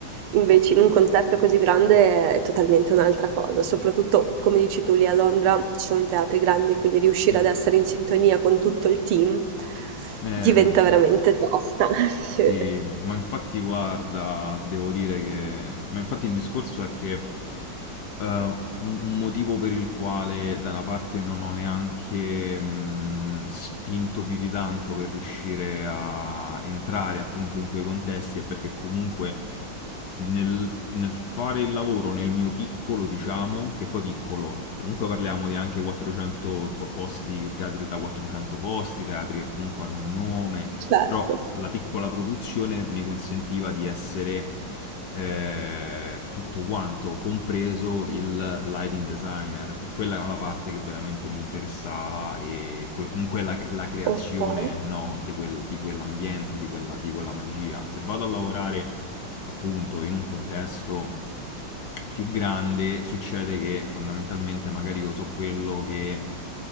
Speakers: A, on the right; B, on the left.
A: Invece in un contesto così grande è totalmente un'altra cosa, soprattutto come dici tu lì a Londra ci sono teatri grandi, quindi riuscire
B: mhm,
A: ad essere in sintonia con tutto il team
B: mm. Eh,
A: diventa veramente tosta. <laughs>
B: Sì,
A: Sì,
B: ma infatti guarda, devo dire che... Ma infatti il discorso è che eh, un, un motivo per il quale da una parte non ho neanche mh, spinto più di tanto per riuscire a entrare appunto in quei contesti è perché comunque nel, nel fare il lavoro nel mio piccolo, diciamo, che poi piccolo, comunque parliamo di anche 400 po- posti, teatri da 400 posti, teatri che comunque hanno un nome
A: certo.
B: però la piccola produzione mi consentiva di essere eh, tutto quanto, compreso il lighting designer. E quella era la parte che veramente mi interessava e que- comunque la, la creazione,
A: Okay.
B: no, di quel- di quell'ambiente, di quella, di quella magia. Se vado a lavorare appunto in un contesto più grande, succede che fondamentalmente magari io so quello che...